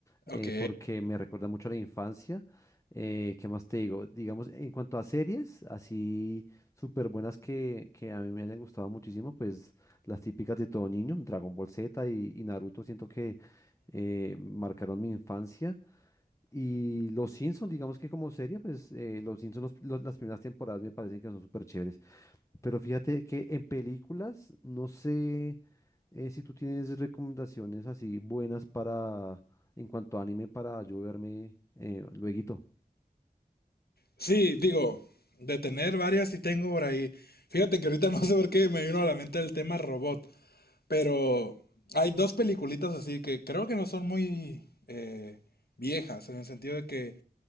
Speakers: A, on the left; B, on the left.
A: eh,
B: Ok.
A: porque me recuerda mucho a la infancia. Eh, ¿qué más te digo? Digamos, en cuanto a series, así súper buenas que, que a mí me hayan gustado muchísimo, pues las típicas de todo niño, Dragon Ball Z y, y Naruto, siento que eh, marcaron mi infancia. Y Los Simpsons, digamos que como serie, pues eh, Los Simpsons, las primeras temporadas me parecen que son súper chéveres. Pero fíjate que en películas, no sé eh, si tú tienes recomendaciones así buenas para, en cuanto a anime, para yo verme eh, lueguito.
B: Sí, digo, de tener varias sí tengo por ahí. Fíjate que ahorita <laughs> no sé por qué me vino a la mente el tema robot, pero hay dos peliculitas así que creo que no son muy eh, viejas, en el sentido de que